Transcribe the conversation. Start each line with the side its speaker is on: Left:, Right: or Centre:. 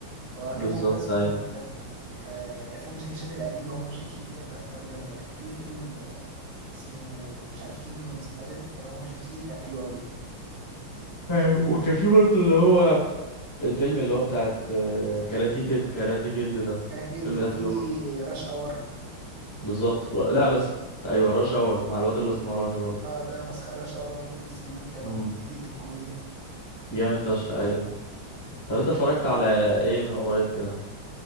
Right: هو كان
Left: بالظبط
Right: ممتاز في
Left: ايوه
Right: الموضوع ده كان يعني افلام جاكي شان القديمه هو جيت لي دي كانت افلام جامده كان في فيلم آه، اسمه مش عارف كينجدومز حاجه كان هو جيت لي كان حلو قوي
Left: ايوه وكان في برضه اللي هو الفيلم اللي هو بتاعت آه، كاراتي كيد كاراتي كيد ده
Right: كراكيت
Left: الفيلم
Right: وفي
Left: ده حلو برضه.
Right: راش اور
Left: بالظبط ر- لا بس ايوه راش اور مع الواد الاسمراني برضه
Right: اه ده مسخره راش اور 1 و 2 و 3 دول كانوا
Left: امم
Right: كوميديا الكوميديا
Left: جامد فشخ ايوه طب انت اتفرجت على ايه من قريب كده